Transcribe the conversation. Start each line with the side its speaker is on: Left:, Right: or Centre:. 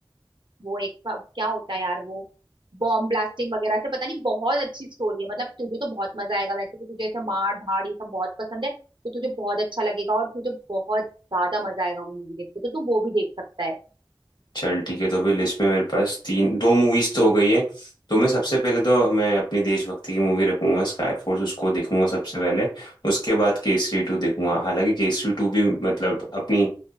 Right: वो एक प- क्या होता है यार वो बॉम्ब ब्लास्टिंग वगैरह से पता नहीं बहुत अच्छी स्टोरी है मतलब तुझे तो बहुत मजा आएगा वैसे भी तुझे ऐसे मार धाड़ ये सब बहुत पसंद है तो तुझे बहुत अच्छा लगेगा और तुझे बहुत ज्यादा मजा आएगा वो मूवी देख के तो तू वो भी देख सकता है
Left: चल ठीक है तो अभी लिस्ट में मेरे पास तीन दो मूवीज तो हो गई है तो मैं सबसे पहले तो मैं अपनी देशभक्ति की मूवी रखूंगा स्काई फोर्स उसको देखूंगा सबसे पहले उसके बाद केसरी टू देखूंगा हालांकि केसरी टू भी मतलब अपनी